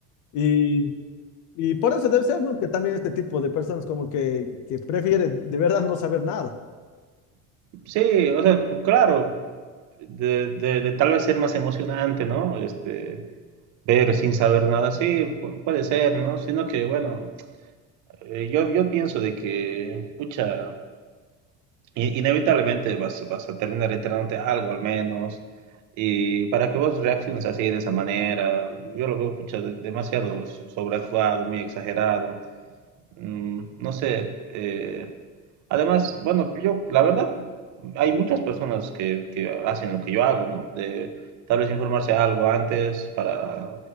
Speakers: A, on the left (about 55°); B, on the right (about 55°).
A: y y por eso debe ser, ¿no? que también este tipo de personas como que, que prefieren de verdad no saber nada.
B: Sí, o sea, pues, claro, de, de- de tal vez ser más emocionante, ¿no? Este, ver sin saber nada, sí, pu- puede ser, ¿no? Sino que, bueno. Eh, yo, yo pienso de que, pucha, i- inevitablemente vas, vas a terminar enterándote algo al menos. Y para que vos reacciones así de esa manera, yo lo veo, pucha, de- demasiado so-, sobreactuado, muy exagerado. Mm, no sé, eh, Además, bueno, yo, la verdad, hay muchas personas que, que hacen lo que yo hago, ¿no? De tal vez informarse algo antes para